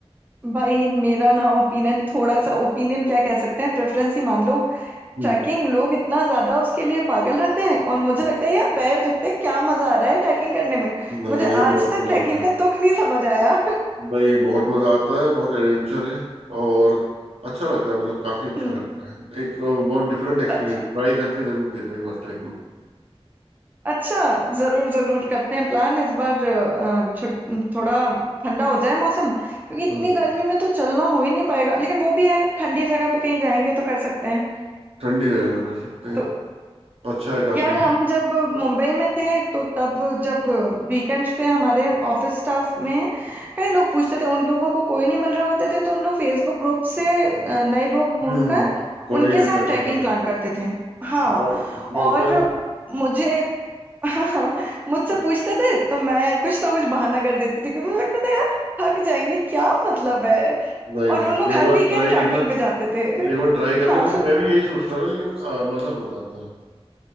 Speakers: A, on the right; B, on the right.
A: भाई मेरा ना ओपिनियन थोड़ा सा ओपिनियन क्या कह सकते हैं प्रेफरेंस ही मान लो
B: हम्म
A: ट्रैकिंग लोग इतना ज्यादा उसके लिए पागल रहते हैं और मुझे लगता है यार पैर दुखते हैं क्या मजा आ रहा है ट्रैकिंग करने में
B: नहीं
A: मुझे
B: नहीं
A: आज
B: बहुत
A: तक
B: मजा
A: ट्रैकिंग
B: आता है
A: का तुक नहीं समझ आया
B: नहीं बहुत मजा आता है बहुत एडवेंचर है और अच्छा लगता है मतलब काफी अच्छा
A: <laughs> हम्म,
B: लगता है एक अ, बहुत डिफरेंट एक्सपीरियंस
A: अच्छा
B: ट्राई करके जरूर देखो एक बार ट्रैकिंग
A: अच्छा जरूर जरूर करते हैं प्लान इस बार अ, छु- थोड़ा ठंडा हो जाए मौसम क्योंकि इतनी
B: हाँ,
A: गर्मी में तो चलना हो ही नहीं पाएगा लेकिन वो भी है ठंडी जगह पे कहीं जाएंगे तो कर सकते हैं
B: ठंडी जगह में कर सकते हैं
A: तो
B: अच्छा है काफी
A: यार हम जब मुंबई में थे तो तब जब वीकेंड्स पे हमारे ऑफिस स्टाफ में कई लोग पूछते थे उन लोगों को कोई नहीं मिल रहे होते थे तो उन लोग फेसबुक ग्रुप से अ, नए लोग ढूंढ
B: हम्म
A: कर
B: कोऑर्डिनेट
A: उनके साथ
B: करके
A: ट्रैकिंग
B: हाँ
A: प्लान करते थे हाँ
B: हाँ, ये होता
A: और
B: है ना
A: मुझे <laughs> हाँ मुझसे पूछते थे तो मैं कुछ ना कुछ बहाना कर देती थी क्योंकि मुझे लगता था यार थक जाएंगे क्या मतलब है
B: नहीं
A: और
B: नहीं
A: उन लोग हर
B: एक बार
A: वीकेंड
B: ट्राई
A: ट्रैकिंग
B: करना
A: पे जाते थे
B: एक बार ट्राई
A: हाँ
B: करना क्योंकि मैं भी यही सोच रहा था लेकिन आ, मजा बहुत आता है